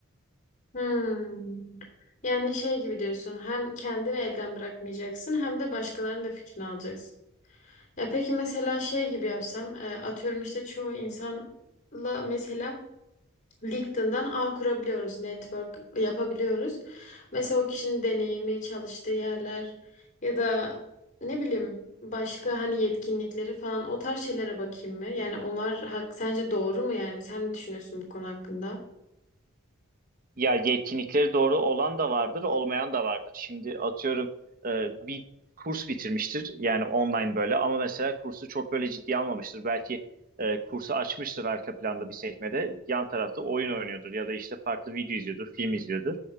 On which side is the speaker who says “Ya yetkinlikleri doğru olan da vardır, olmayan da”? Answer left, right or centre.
Right